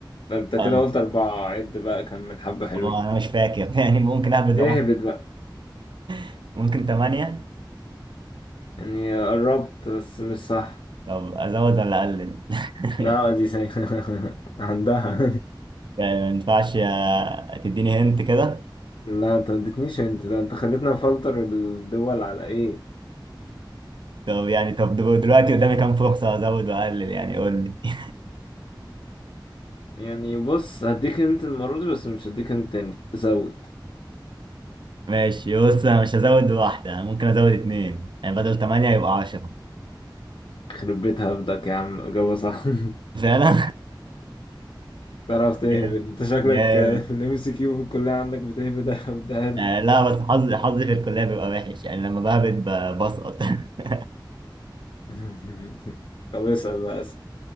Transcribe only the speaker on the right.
اه
اه انا مش فاكر <laughs> يعني ممكن اهبد
رقم.
<laughs> ممكن ثمانية
طب ازود ولا اقلل <laughs>
يعني ما ينفعش آه، تديني هنت كده
طب يعني طب دل- دلوقتي قدامي كام فرصة ازود واقلل يعني قول لي
<laughs> ماشي بص انا مش هزود واحدة انا ممكن ازود اتنين يعني بدل ثمانية يبقى عشرة
فعلا
<laughs>
جامد
آه لا بس حظي حظي في الكلية بيبقى وحش يعني لما بهبت ب- بسقط <laughs>